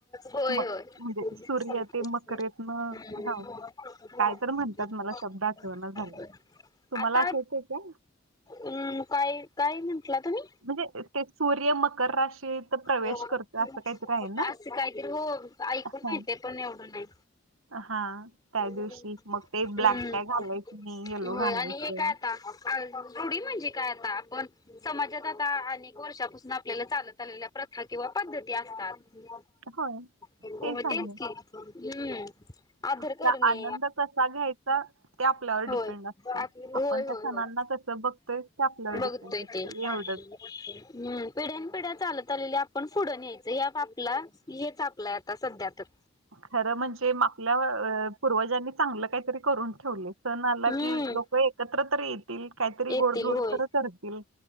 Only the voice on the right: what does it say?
मग
म्हणजे सूर्य ते मकरेतनं हां, काय तर म्हणतात मला शब्द आठवेना झाला. तुम्हाला
आठवतंय का?
म्हणजे ते सूर्य मकर राशीत प्रवेश
करतो काहीतरी आहे ना?
हां,
हां. त्या
दिवशी मग ते ब्लॅक
काय घालायचं नाही, येलो
घालायचं.
होय,
तेच आहे.
फक्त
आनंद कसा घ्यायचा ते आपल्यावर
डिपेंड असते.
आपण त्या
सणांना कसं बघतोय ते आपल्यावर
डिपेंड असते
एवढंच
खर म्हणजे आपल्या पूर्वजांनी चांगलं काहीतरी करून ठेवले सण आला
की लोक एकत्र तर येतील काहीतरी
गोडधोड
तर करतील